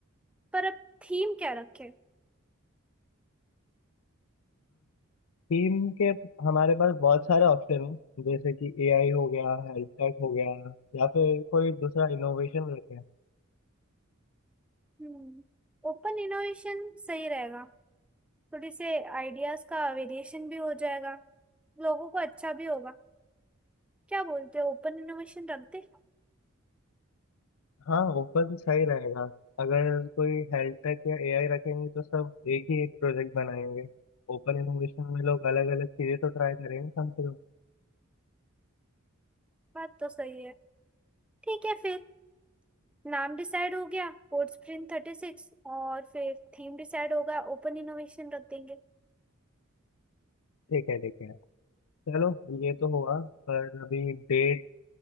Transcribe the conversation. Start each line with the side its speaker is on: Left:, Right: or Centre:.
Centre: पर अब थीम क्या रखें
Left: थीम के हमारे पास बहुत सारे ऑप्शन हैं जैसे कि एआई हो गया हेल्थ टेक हो गया या फिर कोई दूसरा इनोवेशन रखें
Centre: हम्म ओपन इनोवेशन सही रहेगा थोड़ी से आइडियाज का वेरिएशन भी हो जाएगा लोगों को अच्छा भी होगा क्या बोलते हो ओपन इनोवेशन रख दे
Left: हाँ ओपन सही रहेगा अगर कोई हेल्थ टेक या एआई रखेंगे तो सब एक ही एक प्रोजेक्ट बनाएंगे ओपन इनोवेशन में लोग अलग अलग चीजें तो ट्राई करेंगे कम से कम
Centre: बात तो सही है ठीक है फिर नाम डिसाइड हो गया कोड स्प्रिंट थर्टी सिक्स और फिर थीम डिसाइड होगा ओपन इनोवेशन रख देंगे
Left: ठीक है ठीक है चलो ये तो हुआ पर अभी डेट